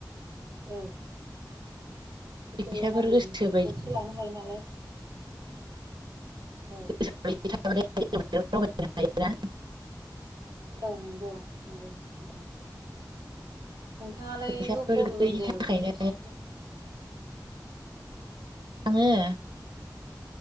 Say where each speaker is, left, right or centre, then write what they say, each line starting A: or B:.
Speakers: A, on the right; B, on the right.
A: औ जेखौ
B: फैसाफोर
A: नांगौ
B: गोसो
A: बुस्थु
B: बायदि
A: बेफोरखौसो लानो हायो नालाय औ
B: <unintelligible>
A: औ नंगौ नंगौ नोंथां नोंथाङालाय
B: फैसाफोर
A: ओब बबे
B: गैयिनि
A: बबे जायगायाव
B: थाखायनो
A: दिनैसिम
B: आङो